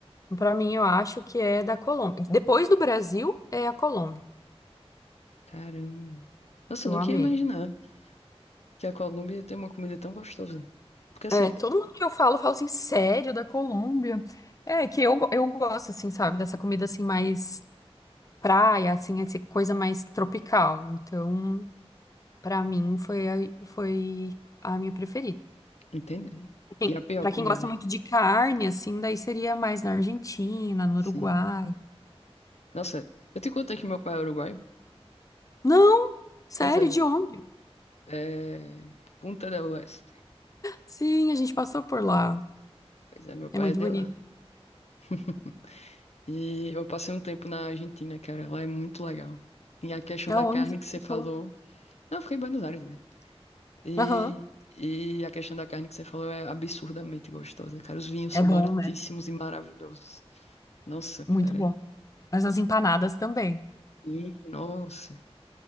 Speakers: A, on the left; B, on the left.
A: Pra mim, eu acho que é da Colômbia. Depois do Brasil, é a Colômbia,
B: Caramba. Nossa,
A: que
B: eu
A: eu
B: nunca
A: amei.
B: ia imaginar que a Colômbia tem uma comida tão gostosa. Porque assim,
A: É, todo mundo que eu falo, fala assim, sério, da Colômbia? É, que eu, go- eu gosto, assim, sabe, dessa comida, assim, mais praia, assim, essa coisa mais tropical. Então, pra mim, foi, a- foi a minha preferida.
B: entende?
A: Pra Quem,
B: E a pior
A: para quem
B: comida.
A: gosta muito de carne, assim, daí seria mais na Argentina, no
B: Sim.
A: Uruguai.
B: Nossa, eu te contei que meu pai é uruguaio?
A: Não! Sério,
B: Pois é,
A: de onde?
B: é Punta del Oeste.
A: Sim, a gente passou por lá.
B: Pois é, meu pai
A: É muito
B: é de
A: bonito.
B: lá. <laughs> E eu passei um tempo na Argentina, cara, lá é muito legal. E a questão
A: Aonde?
B: da carne
A: que
B: que você
A: ficou?
B: falou. Não, eu fiquei em Buenos Aires mesmo. E,
A: Aham.
B: e a questão da carne que você falou é absurdamente gostosa, cara. Os vinhos
A: É
B: são
A: bom,
B: baratíssimos
A: né?
B: e maravilhosos. Nossa, cara.
A: Muito bom. Mas
B: Nossa.
A: as empanadas também.
B: E, nossa,